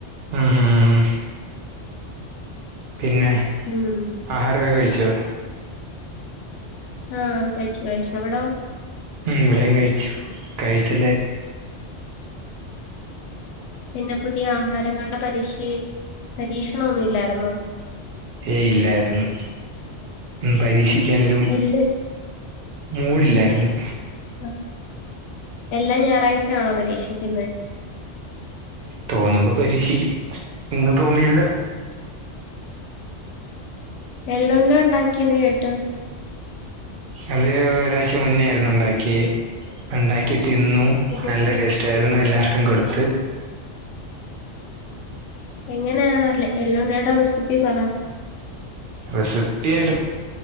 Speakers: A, on the right; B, on the left.
A: മ് മ് പിന്നെ
B: ഉം
A: ആഹാരൊക്കെ കഴിച്ചോ
B: ആ കഴിച്ചു കഴിച്ചു അവിടോ
A: മ് ഇവിടെകഴിച്ചു കഴിച്ചു
B: പിന്നെ പുതിയ ആഹാരം നമ്മുടെ പരീഷേല് പരീക്ഷണം ഒന്നും ഇല്ലായിരുന്നോ
A: ഏയ് ഇല്ലായിരുന്നു. മ് പരീക്ഷ ക്കാനൊരു
B: എള്ള്
A: മൂടില്ലായിരുന്നു
B: ഉ എല്ലാം ഞായറാഴ്ചയാണോ പരീക്ഷിക്കുന്നത്
A: തോന്നുമ്പ പരീക്ഷിക്കും ഇന്ന് തോന്നിയില്ല
B: എള്ളുണ്ട ഉണ്ടാക്കീന്ന് കേട്ട്
A: അത് ഒരാഴ്ച മുന്നോയിരുന്നു ഉണ്ടാക്കി ഉണ്ടാക്കി തിന്നു
B: ഉം.
A: നല്ല ടേസ്റ്റ് ആയിരുന്നു എല്ലാവർക്കും കൊടുത്ത
B: എങ്ങനാ അല്ലേ എല്ലോണയുടെ ഇക്ക പറ
A: റെസിപ്പിയായിട്ട